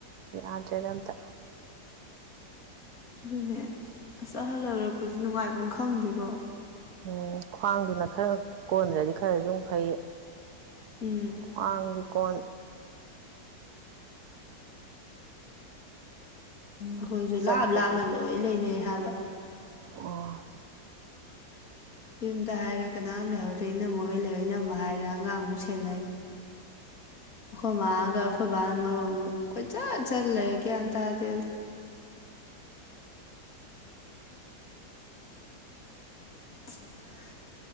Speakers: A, on the right (about 70°); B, on the left (about 55°).
A: ꯌꯥꯗ꯭ꯔꯦꯗ ꯑꯝꯇ
B: ꯑꯗꯨꯅꯦ ꯑꯁ ꯑꯍꯜ ꯑꯣꯏꯔꯛꯄꯁꯦ ꯅꯨꯡꯉꯥꯏꯕꯃ ꯈꯪꯗꯦꯀꯣ
A: ꯎꯝ ꯈ꯭ꯋꯥꯡꯗꯨꯅ ꯈꯔ ꯀꯣꯟꯗ꯭ꯔꯗꯤ ꯈꯔꯁꯨ ꯃꯨꯛ ꯐꯩꯌꯦ
B: ꯎꯝ
A: ꯈꯋ꯭ꯥꯡꯁꯨ ꯀꯣꯟ
B: ꯑꯈꯣꯏꯁꯨ
A: ꯆꯠꯄꯕꯨ
B: ꯂꯥꯞ ꯂꯥꯞꯅ ꯂꯣꯏ ꯂꯩꯅꯩ ꯍꯥꯏꯕ
A: ꯑꯣ
B: ꯌꯨꯝꯗ ꯍꯥꯏꯔꯦ ꯀꯅꯥꯝ ꯂꯩꯍꯧꯗꯔꯦ ꯏꯅꯝꯃꯥ ꯍꯣꯏ ꯂꯩꯍꯧꯏ ꯏꯅꯝꯃꯥ ꯍꯥꯏꯔꯦ ꯑꯉꯥꯡꯃꯨꯛ ꯁꯦꯟꯅꯩ ꯑꯈꯣꯏ ꯃꯥꯒꯥ ꯑꯈꯣꯏ ꯕꯥꯒꯅꯥ ꯃꯔꯣꯟ ꯑꯃ ꯀꯣꯏꯆꯠ ꯆꯠꯂ ꯂꯩ ꯒꯌ꯭ꯥꯟ ꯇꯥꯗꯦꯗ <unintelligible>